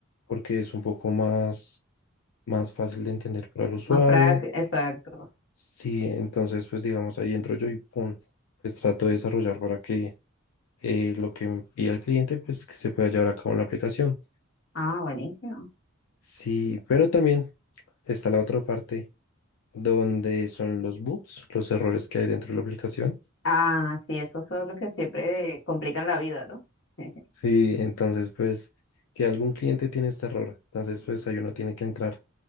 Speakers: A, on the left; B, on the left.
A: porque es un poco más, más fácil de entender para el usuario.
B: Más práctico, exacto.
A: Sí, entonces, pues, digamos, ahí entro yo y pum, pues trato de desarrollar para que eh, lo que me pida el cliente, pues, que se pueda llevar a cabo en la aplicación.
B: Ah, buenísimo.
A: Sí, pero también está la otra parte donde son los bugs, los errores que hay dentro de la aplicación
B: Ah, sí, esos son los que siempre complican la vida, ¿no? <laughs>
A: Sí, entonces pues que algún cliente tiene este error. Entonces pues ahí uno tiene que entrar